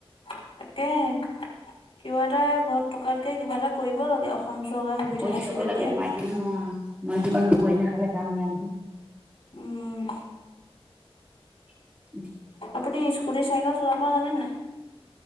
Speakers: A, on the left (about 70°); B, on the right (about 15°).
A: তাকেহে কিবা এটা ঘৰ ত থকাতকে কিবা এটা কৰিব লাগে অসম চৰকাৰে সুবিধা
B: কৰি
A: দিছে
B: খাব
A: যেতিয়া।
B: <inaudible>
A: উম
B: <unintelligible>
A: আপুনি স্কুটি চাইকেল চলাব জানে নাই?